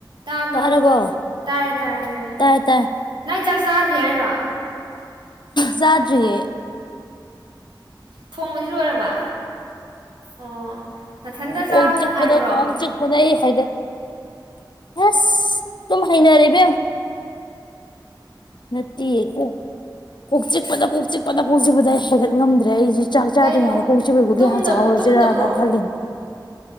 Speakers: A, on the right; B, on the left.
A: ꯇꯥꯕ꯭ꯔꯣ
B: ꯇꯥꯔꯕꯣ
A: ꯇꯥꯔꯦ ꯇꯥꯔꯦ ꯇꯥꯔꯦ
B: ꯇꯥꯏ ꯇꯥꯏ
A: ꯅꯪ ꯆꯥꯛ ꯆꯥꯗ꯭ꯔꯤ ꯍꯥꯏꯔꯣ
B: ꯆꯗ꯭ꯔꯤꯌꯦ
A: ꯊꯣꯡꯕꯗꯤ ꯂꯣꯏꯔꯕ ꯑꯣ ꯅꯥꯊꯟꯗ ꯆꯥꯕ
B: ꯀꯣꯛ ꯆꯤꯛꯄꯗ
A: ꯅꯨꯡꯉꯥꯏꯕ꯭ꯔꯣ
B: ꯀꯣꯛ ꯆꯤꯛ ꯄꯗ ꯍꯥꯏꯗ ꯍꯁ ꯑꯗꯨꯝ ꯍꯩꯅꯔꯦꯕꯦꯝ ꯅꯠ ꯇꯤꯌꯦ ꯀꯣꯛ ꯆꯤꯛꯄꯗ ꯀꯣꯛ ꯆꯤꯛꯄꯗ ꯀꯣꯛ ꯆꯤꯛꯄꯗ ꯍꯥꯏꯒꯠ ꯉꯝꯗ꯭ꯔꯦ ꯑꯩꯁꯦ ꯆꯥꯛ ꯆꯥꯗ꯭ꯔꯤ
A: ꯀꯩꯅꯣ
B: ꯉꯥꯏꯗ ꯀꯣꯛ ꯆꯤꯛ ꯄꯩ ꯒꯨꯂꯤ
A: ꯇꯨꯝꯗ
B: ꯍꯥꯟꯅ ꯆꯥꯍꯧꯁꯤꯔꯅ
A: ꯇꯨꯝꯗꯕ꯭ꯔꯣ
B: ꯈꯜꯂꯤꯅꯦ